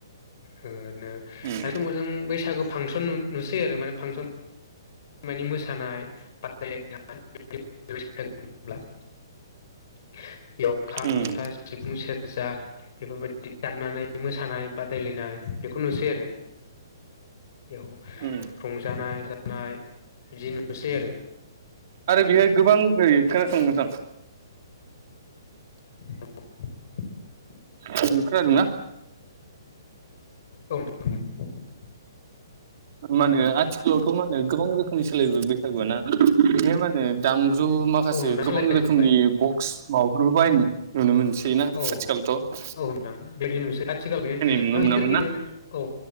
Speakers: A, on the left; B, on the right.
A: ओ-रैनो
B: उम
A: दा समाव जों बैसागो फांसन नु। नुसै आरो माने फांसन माने मोसानाय बादायलायनाय। <unintelligible> बेयाव खाम
B: उम
A: जथा सिफुं सेरजा बेफोरबायददि दामनानै मोसानाय बादायलायनाय बेखौ नुसै आरो। बेयाव
B: उम
A: रंजानाय बानाय बिदि नुसै आरो।
B: आरो बेहाय गोबां ओइ खोनासं नोंथां। <unintelligible>
A: <inaudible>
B: ओं खोनादों ना?
A: औ <unintelligible>
B: मानो आथिखालावथ' मानो गोबां रोखोमनि सोलायबो बैसागुआ ना। बेहाय मा होनो दामजु माखासे
A: औ नोंथां
B: गोबां
A: सोलायजोब्बाय
B: रोखोमनि बक्स माबाफोरफोरखौ बायनो नुनो मोनो। थैयोना
A: औ
B: आथिखाल थ'।
A: औ नोंथां बिदि नुसै आथिखाल बि
B: नुनो
A: गिदिर
B: मोनामोन
A: गिदिर
B: ना
A: औ